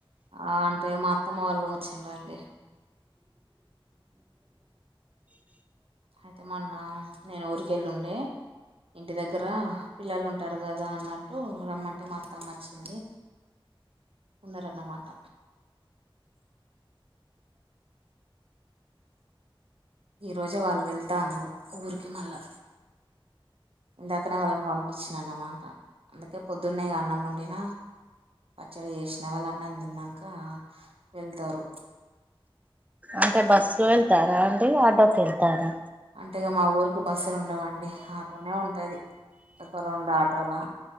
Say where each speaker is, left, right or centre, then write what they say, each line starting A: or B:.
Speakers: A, on the right (about 80°); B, on the right (about 15°).
A: ఆ అంటే మా అత్తమ్మ వాళ్ళు వచ్చిరండి అయితే మొన్న నేను ఊరికేళ్ళి ఉండే ఇంటి దగ్గర పిల్లలు ఉంటారు కదా అన్నట్టు రమ్మంటే మా అత్తమ్మ మచ్చింది ఉన్నరన్నమాట ఈ రోజే వాళ్ళు వెళ్తను ఊరికి మళ్ళా ఇందాకనే వాళ్ళని పంపించినన్నమాట అందుకే పొద్దున్నే ఇగ అన్నం వండినా పచ్చడి చేసిన వాళ్ళన్నం తిన్నాక వెళ్తారు
B: అంటే బస్సు లో వెళ్తారా అంటడి ఆటోకి వెళ్తారా
A: అంటిగా మా ఊరికి బస్సులు ఉండవండి ఆటోనే ఉంటది ఒక రెండు ఆటోలా